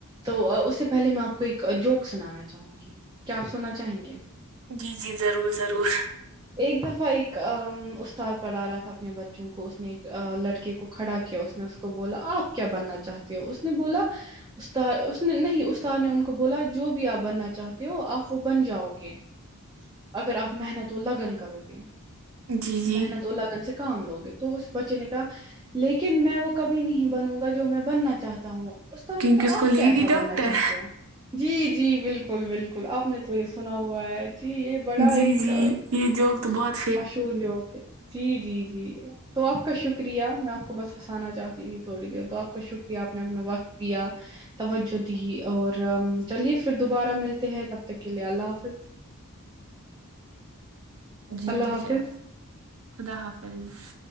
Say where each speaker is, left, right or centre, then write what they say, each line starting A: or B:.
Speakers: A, on the right; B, on the right.
A: تو اس سے پہلے میں آپ کو ایک جوک سنانا چاہوں گی کیا آپ سنا چاہیں گے
B: جی جی ضرور ضرور
A: ایک دفعہ ایک استاد پڑھا رہا تھا اپنے بچوں کو اس نے ایک لڑکے کو کھڑا کیا اس نے اس کو بولا آپ کیا بننا چاہتے ہو اس نے بولا استاد اس نے نہیں استاد نے ان کو کو بولا جو بھی آپ بننا چاہتے ہو آپ وہ بن جاؤ گے اگر آپ محنت و لگن کرو گے
B: جی جی
A: محنت و لگن سے کام لوگے تو اس بچے نے کہا لیکن میں وہ کبھی نہیں بنوں گا جو میں بننا چاہتا ہوں استاد
B: کیونکہ
A: نے کہ
B: اس
A: آپ
B: کو لیڈی
A: کیا ایسا
B: ڈاکٹر
A: بننا چاہتے ہو جی جی بالکل بالکل بالکل آپ نے تو یہ سنا ہوا ہے جی یہ بڑا
B: جی
A: ایک
B: جی یہ جوک تو بہت
A: مشہور جوک ہے جی جی جی تو آپ کا شکریہ میں آپ کو بس ہنسانا چاہتی تھی تھوڑی دیر تو آپ کا شکریہ آپ نے اپنا وقت دیا توجہ دی اور چلیے پھر دوبارہ ملتے ہیں تب تک کے لیے اللہ حافظ
B: جی
A: اللہ
B: ٹھیک
A: حافظ
B: ہے خدا حافظ